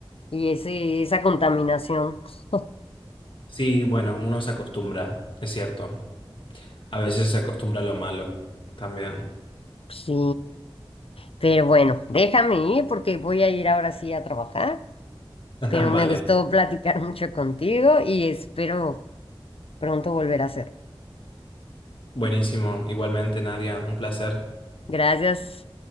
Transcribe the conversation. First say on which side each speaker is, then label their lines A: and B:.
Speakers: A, on the left (about 80°); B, on the left (about 60°).
A: y ese, esa contaminación. <laughs>
B: Sí, bueno, uno se acostumbra, es cierto. A veces se acostumbra a lo malo también.
A: Sí, pero bueno, déjame ir porque voy a ir ahora sí a trabajar.
B: <laughs>
A: Pero me
B: Vale,
A: gustó platicar <laughs> mucho contigo y espero pronto volver a hacerlo.
B: buenísimo. Igualmente, Nadia, un placer.
A: Gracias.